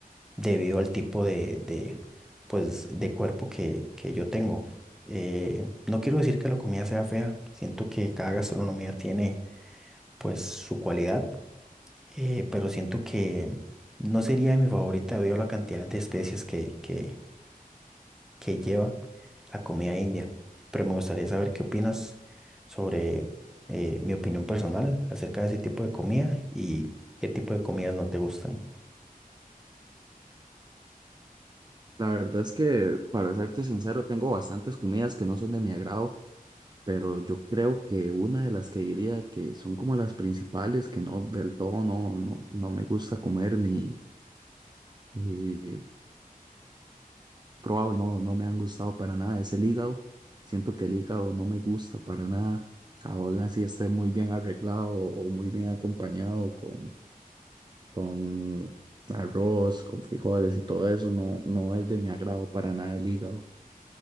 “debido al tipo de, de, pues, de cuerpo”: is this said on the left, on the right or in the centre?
Centre